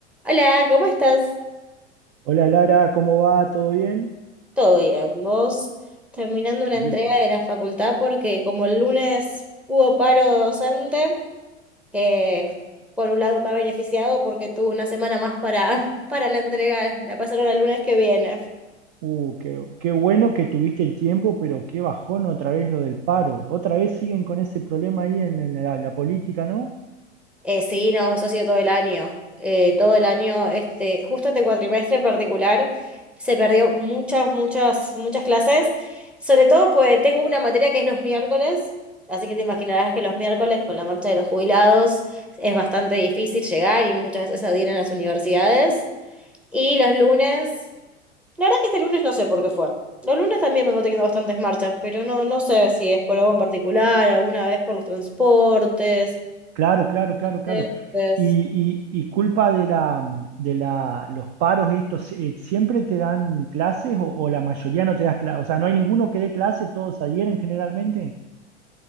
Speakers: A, in the centre; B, on the right.
A: Hola, ¿cómo estás?
B: Hola Lara, ¿cómo va? ¿Todo bien?
A: Todo bien. Vos terminando una
B: Bien.
A: entrega de la facultad porque como el lunes hubo paro docente, que por un lado me ha beneficiado porque tuve una semana más para, <laughs> para la entrega, la pasaron al lunes que viene.
B: Uh, qué, qué bueno que tuviste el tiempo, pero qué bajón otra vez lo del paro. Otra vez siguen con ese problema ahí en, en la, la política, ¿no?
A: Eh, sí, no, eso ha sido todo el año. Eh, todo el año, este, justo este cuatrimestre en particular, se perdió muchas, muchas, muchas clases. Sobre todo, pues tengo una materia que es los miércoles, así que te imaginarás que los miércoles, con la marcha de los jubilados, es bastante difícil llegar y muchas veces adir en las universidades. Y los lunes, la verdad que este lunes no sé por qué fue. Los lunes también vengo teniendo bastantes marchas, pero no, no sé si es por algo en particular, alguna vez por los transportes.
B: Claro, claro, claro, claro.
A: entonces.
B: Y, y- y culpa de la, de la, los paros estos, eh, ¿siempre te dan clases o, o la mayoría no te das clases? O sea, ¿no hay ninguno que dé clase? ¿Todos adhieren generalmente?